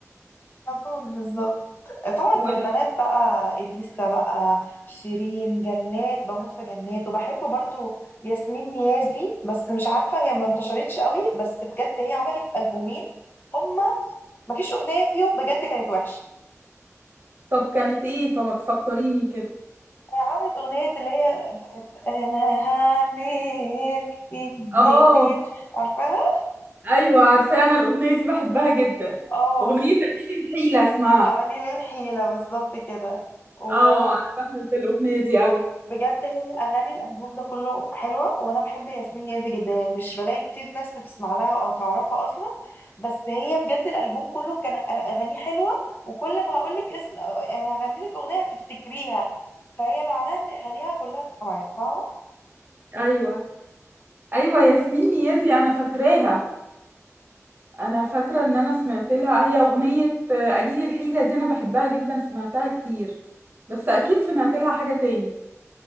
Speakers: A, on the left (about 40°); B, on the right (about 40°).
A: <laughs> على طول بالظبط طبعا
B: و...
A: في البنات بقى إليسا بقى شيرين جنات بموت في جنات وبحب برضو ياسمين نيازي بس مش عارفة هي ما انتشرتش قوي بس بجد هي عملت ألبومين هم مفيش أغنية فيهم بجد كانت وحشة
B: طب كانت ايه فما تفكريني كده
A: فعملت أغنية اللي هي بتاعت أنا هعمل فيك جميل
B: اه
A: عارفاها؟
B: ايوه عارفه انا الاغنيه دي بحبها جدا
A: اه
B: اغنيه قليل الحيله اسمها
A: قليل الحيلة بالظبط كده وبجد
B: اه انا بحب الاغنيه دي قوي
A: هي أغاني الألبوم ده كله حلوة وأنا بحب ياسمين يازي جدا يعني مش بلاقي كتير ناس بتسمع لها أو تعرفها أصلا بس هي بجد الألبوم كله كان أغانيه حلوة وكل ما هقولك اسم يعني هغنيلك أغنية هتفتكريها فهي معناها إن أغانيها كلها اتسمعت فاهمة؟
B: ايوه ايوه ياسمين نيازي انا فاكراها انا فاكره ان انا سمعت لها هي اغنيه آه، قليل الحيله دي انا بحبها جدا سمعتها كتير بس اكيد سمعت لها حاجه تاني